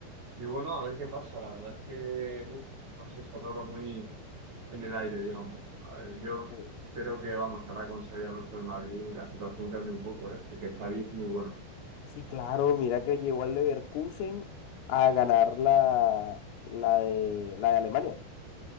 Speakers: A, on the right; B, on the left.
A: Y bueno, a ver qué pasa. La verdad es que, uf, no sé, está todo muy en el aire, digamos. A ver, yo
B: Ante-
A: creo que, vamos, ahora con salir al resto del Madrid, la situación cambia un poco, ¿eh? El que Javi es muy bueno.
B: Sí, claro, mira que llevó al Leverkusen a ganar la, la de, la de Alemania,